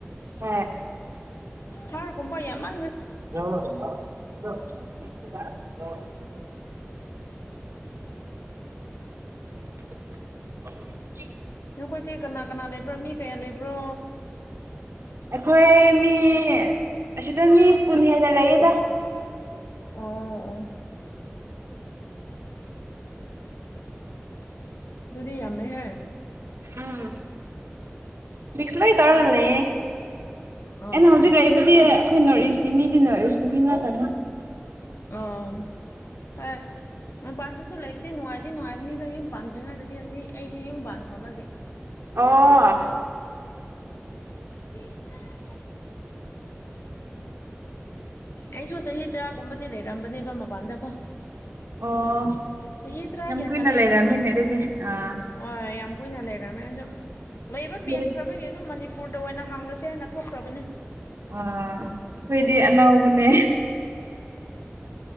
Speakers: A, on the right (about 70°); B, on the left (about 65°).
A: ꯍꯣꯏ
B: ꯍꯔ ꯀꯨꯝꯕ ꯏ ꯑꯃ
A: ꯌ <inaudible>
B: ꯅꯈꯣꯏꯗꯤ ꯀꯅꯥ ꯀꯅꯥ ꯂꯩꯕ꯭ꯔꯥ ꯃꯤ ꯀꯌꯥ ꯂꯩꯕ꯭ꯔꯣ
A: ꯑꯩꯈꯣꯏ ꯃꯤ ꯑꯁꯤꯗ ꯃꯤ ꯀꯨꯟ ꯍꯦꯒ ꯂꯩꯌꯦꯦꯗ
B: ꯑꯣ ꯑꯗꯨꯗꯨꯗꯤ ꯑꯃꯦ ꯍꯥꯏ
A: ꯎꯝ ꯃꯤꯛꯁ ꯂ ꯏ ꯇꯔꯒꯅꯤ
B: ꯑꯥ
A: ꯑꯩꯅ ꯍꯧꯖꯤꯛ ꯂꯩꯏꯕꯨꯗꯤ ꯑꯩꯈꯣꯏ ꯅꯣꯔꯠ ꯏꯁꯀꯤ ꯃꯤꯗꯤ ꯅꯣꯔꯠ ꯏꯁꯀꯤ ꯃꯤ ꯉꯥꯛꯇꯅꯤ
B: ꯑꯣ ꯍ ꯃꯣꯏ ꯄꯥꯟꯗꯁꯨ ꯂꯩꯕꯗꯤ ꯅꯅꯨꯡꯉꯥꯏꯗꯤ ꯅꯅꯨꯡꯉꯥꯏꯅꯤ ꯩꯅ ꯌꯨꯝ ꯄꯥꯟꯗ꯭ꯔꯤꯉꯩꯗꯗꯤ ꯑꯗꯨꯒꯤ ꯑꯩꯗꯤ ꯌꯨꯝ ꯄꯥꯟꯈ꯭ꯔꯕꯒꯦ
A: ꯑꯣ
B: ꯎꯝ ꯑꯩꯁꯨ ꯆꯍꯤ ꯇꯔꯥꯒꯨꯝꯕꯗꯤ ꯂꯩꯔꯛꯝꯕꯅꯦꯕ ꯃꯄꯥꯟꯗꯀꯣ
A: ꯑꯣ
B: ꯆꯍꯤ ꯇꯔꯥ
A: ꯌꯥꯝ
B: ꯍꯦꯟꯅ
A: ꯀꯨꯏꯅ
B: ꯂꯩꯔꯕꯅꯤ
A: ꯂꯩꯔꯝꯃꯤꯅꯦ ꯑꯗꯨꯗꯤ ꯑꯥ
B: ꯍꯣꯏ ꯌꯥꯝ ꯀꯨꯏꯅ ꯂꯩꯔꯕꯃꯦ ꯁꯨꯝ ꯂꯩꯕ
A: ꯑꯩꯈꯣꯏ
B: ꯄꯦꯟꯈ꯭ꯔꯕꯒꯤ ꯑꯗꯨꯝ ꯃꯅꯤꯄꯨꯔꯗ ꯑꯣꯏꯅ ꯍꯪꯉꯁꯦ ꯍꯥꯏꯅ ꯊꯣꯛꯈ꯭ꯔꯕꯅꯤ
A: ꯑ ꯑꯩꯈꯣꯏꯗꯤ ꯑꯅꯧꯕꯅꯦ